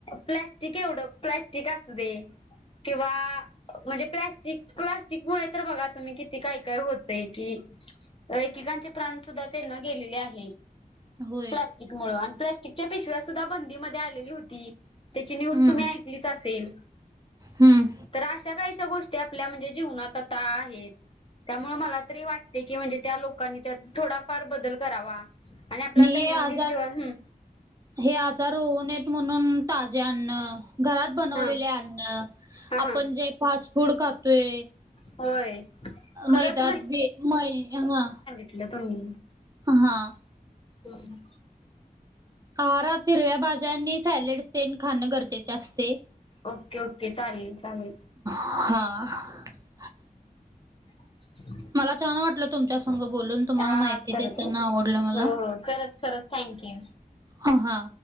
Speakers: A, on the left (about 35°); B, on the right (about 25°).
A: प्लॅस्टिक एवढं प्लॅस्टिक असू दे किंवा म्हणजे प्लास्टिक प्लास्टिक मुळे तर बघा तुम्ही किती काय काय होतय कि एकीकांचे प्राण सुद्धा त्यांन गेलेले आहेत.
B: होय
A: प्लास्टिक मुळ आणि प्लास्टिकच्या पिशव्या सुद्धा बंद की मध्ये आलेली होती. त्याची न्यूज
B: हम्म.
A: तुम्ही ऐकलीच असेल.
B: हम्म
A: तर अशा काहीशा गोष्टी आपल्या म्हणजे जीवनात आता आहेत. त्यामुळे मला तरी वाटते की म्हणजे त्या लोकांनी त्यात थोडाफार बदल करावा. आणि आपल्या दैनंदिन
B: हे आजार
A: जीवन हम.
B: हे आजार होऊ नयेत म्हणून, ताजे अन्न घरात बनवलेले
A: हा
B: अन्न,
A: हा हा
B: आपण जे फास्ट फूड खातोय.
A: होय. खरंच
B: मैदा ते मै हा
A: म्हटलं तुम्ही,
B: हा.
A: हम्.
B: आहारात हिरव्या भाज्यांनी, सॅलेड्स तेन खाणं गरजेचे असते.
A: ओके ओके चालेल चालेल.
B: हा.
A: ह <unintelligible>
B: मला छान वाटलं. तुमच्या संघ बोलून. तुम्हाला
A: हा
B: माहिती
A: खरच.
B: देताना आवडलं मला.
A: हो हो खरंच खरंच थँक यू.
B: हा